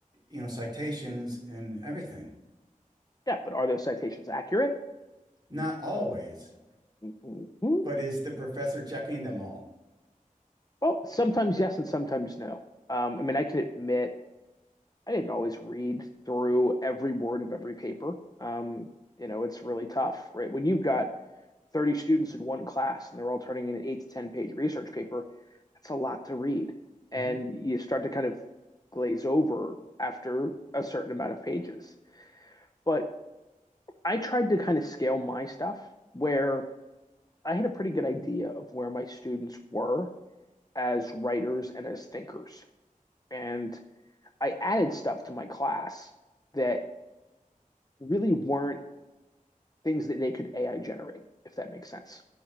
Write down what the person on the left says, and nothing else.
Yeah, but are those citations accurate?
Mhm.
Well, sometimes yes, and sometimes no. Um, I mean, I can admit I didn't always read through every word of every paper. Um, you know, it's really tough, right? When you've got 30 students in one class and they're all turning in an eight to 10 page research paper, that's a lot to read.
And you start to kind of glaze over after a certain amount of pages. But I tried to kind of scale my stuff where I had a pretty good idea of where my students were as writers and as thinkers. And I added stuff to my class that really weren't things that they could AI generate, if that makes sense.